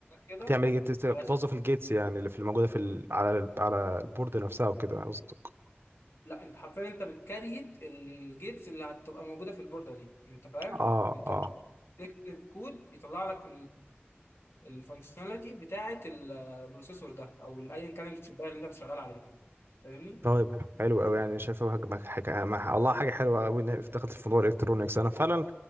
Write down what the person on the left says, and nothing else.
كده
علشان
لا انت حرفيا انت بتكريت الجيتس اللي هتبقى موجوده في البورده دي انت فاهم
انت
بتكتب كود يطلع لك الفانكشناليتي بتاعه البروسيسور ده او ايا كان الشبايه اللي انت شغال عليها فاهمني